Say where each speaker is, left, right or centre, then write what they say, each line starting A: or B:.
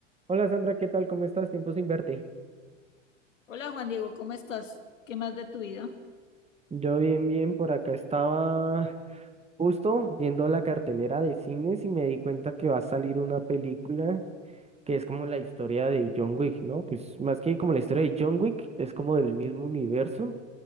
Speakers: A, on the right (about 15°); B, on the left (about 80°).
A: Hola Sandra, ¿qué tal? ¿Cómo estás? Tiempo sin verte.
B: Hola Juan Diego, ¿cómo estás? ¿Qué más de tu vida?
A: Yo bien, bien, por acá estaba justo viendo la cartelera de cines y me di cuenta que va a salir una película que es como la historia de John Wick, ¿no? Pues más que como la historia de John Wick, es como del mismo universo